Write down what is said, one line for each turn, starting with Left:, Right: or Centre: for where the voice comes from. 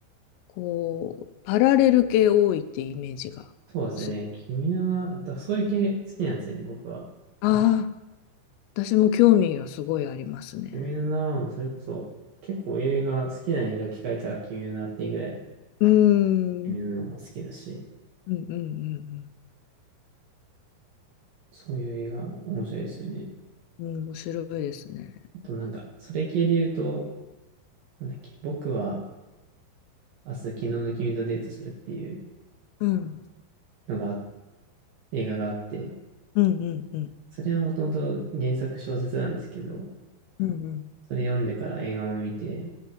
Left: こう、パラレル系多いってイメージがすごい。
Right: そうですね。君の名は、だそういう系好きなんですよね、僕は。
Left: ああ、
Right: け
Left: 私も興味がすごいありますね。
Right: 君の名はもうそれこそ、結構映画、好きな映画聞かれたら君の名っていうぐらい、
Left: うー
Right: 君の名が好きだし、
Left: ん。うんうんうん
Right: そういう映画面白いですよね。
Left: うん。うん面白いですね。
Right: あとなんか、それ系で言うと、なんだっけ、僕は、明日昨日の君とデートするっていう
Left: うん。
Right: のが映画があって、
Left: うんうんうん。
Right: それはもともと原作小説なんですけど、
Left: うんうん
Right: それ読んでから映画も見て、